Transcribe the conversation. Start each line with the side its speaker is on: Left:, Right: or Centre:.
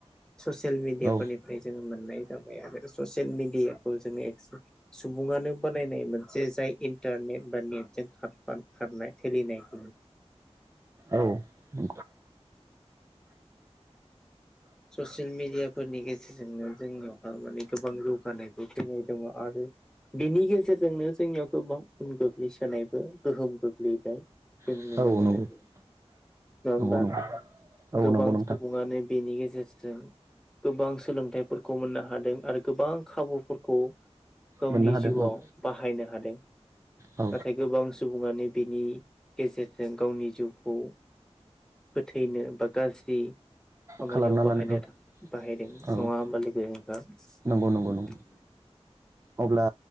Centre: ससियेल मिडियाफोरनिफ्राय
Right: औ
Centre: जोंङो मोननाय जाबाय आरो ससियेल मिडियाखौ जोंङो <unintelligible> सुबुंङानो बानायनाय मोनसे जाय इन्टारनेट बा नेटजों खारनाय फलिनाय <inaudible>
Right: औ नंगौ
Centre: ससियेल मिडियाफोरनि गेजेरजोंनो जोंनियावहा माने गोबां जौगानायबो फैनाय दंङ आरो, बेनि गेजेरजोंनो जोंनियाव गोबां उन गोग्लैसोनायबो गोहोम गोग्लैदों। जों
Right: नंगौ
Centre: नुनो मोनो।
Right: नंगौ
Centre: नंङा होनबा
Right: औ
Centre: गोबां
Right: नंगौ नोंथां
Centre: सुबुंङानो बेनि गेजेराव गेजेरजों गोबां सोलोंथाइफोरखौ मोननो हादों आरो गोबां खाबुफोरखौ गावनि
Right: मोननो हादों
Centre: जिउआव
Right: औ
Centre: बाहायनो हादों।
Right: औ
Centre: नाथाय गोबां सुबुंङानो बिनि गेजेरजों गावनि जिउखौ फोथैनो बा गाज्रि खामानियाव
Right: खालामना
Centre: बाहायनो
Right: लानो औ
Centre: थाखाइ बाहायदों
Right: औ
Centre: नंङा होनबा?
Right: नंगौ नंगौ
Centre: <unintelligible>
Right: नंगौ
Centre: <inaudible>
Right: अब्ला